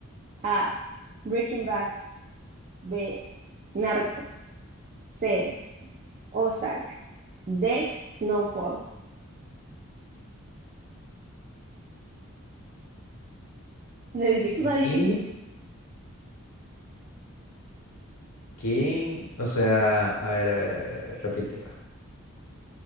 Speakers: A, on the right (about 35°); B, on the left (about 75°).
A: A. Breaking Bad. B. Narcos. C. Ozark. D. Snowfall. <laughs> Me dijiste
B: ¿Qué?
A: una difícil.
B: ¿Qué? O sea, a ver, a ver, a ver, a ver, repítela.